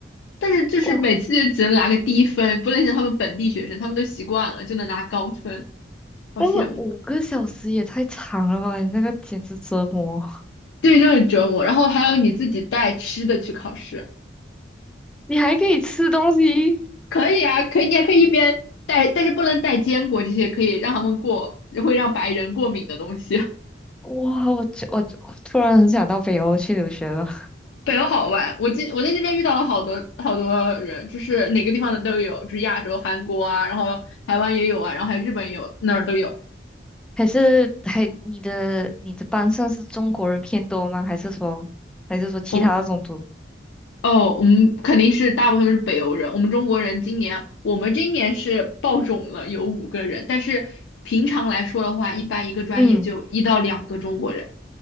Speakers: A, on the left; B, in the centre.
A: 但是就是每次就只能拿个低分，
B: 哦，
A: 不能像他们本地学生，他们都习惯了，就能拿高分，好羡慕。
B: 但是五个小时也太长了吧？你那个简直折磨。
A: 对，就很折磨。然后还有你自己带吃的去考试，
B: <laughs> 你还可以吃东西？
A: 可以啊，可以，你还可以一边带，但是不能带坚果这些可以让他们过，会让白人过敏的东西。<laughs>
B: 哇，我就我就我突然很想到北欧去留学了。
A: 北欧好玩，我今我在这边遇到了好多好多人，就是哪个地方的都有，就是亚洲、韩国啊，然后台湾也有啊，然后还有日本也有，那儿都有。
B: 还是还你的你的班上是中国人偏多吗？还是说还是说其他的种族？
A: 我哦，我们肯定是大部分都是北欧人。我们中国人今年，我们今年是爆种了，有五个人。但是平常来说的话，一般一个专业就一到两个中国人。
B: 嗯，